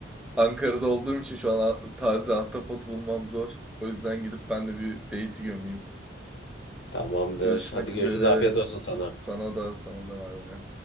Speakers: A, in the centre; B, on the left.
A: Ankara'da olduğum için şu an a- taze ahtapot bulmam zor. O yüzden gidip ben de bir beyti gömeyim.
B: Tamamdır.
A: Görüşmek
B: Hadi
A: üzere.
B: görüşürüz. Afiyet olsun sana.
A: Sana da sana da bay bay.